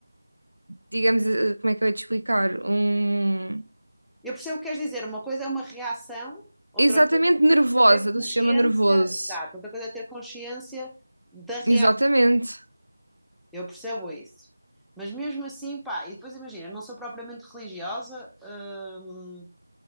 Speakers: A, on the right; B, in the centre.
A: digamos, eh, como é que eu ia te explicar? Um,
B: Eu percebo o que queres dizer. Uma coisa é uma reação, outra
A: exatamente nervosa,
B: ter
A: do
B: consciência,
A: sistema nervoso.
B: exato, outra coisa é ter consciência da reação.
A: Exatamente.
B: Eu percebo isso. Mas mesmo assim, pá, e depois imagina, eu não sou propriamente religiosa, hum,